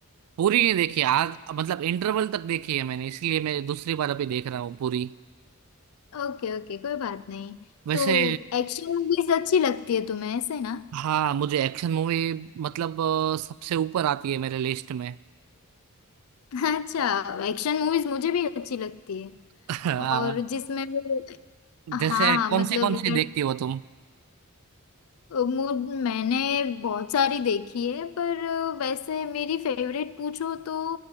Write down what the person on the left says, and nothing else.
ओके ओके कोई बात नहीं
तो एक्शन मूवीज अच्छी लगती है तुम्हें ऐसे ना
<laughs> अच्छा एक्शन मूवीज मुझे भी अच्छी लगती है
और जिसमें वो हाँ
हाँ मतलब
लड़-
मु- मैंने बहुत सारी देखी है पर वैसे मेरी फेवरेट पूछो तो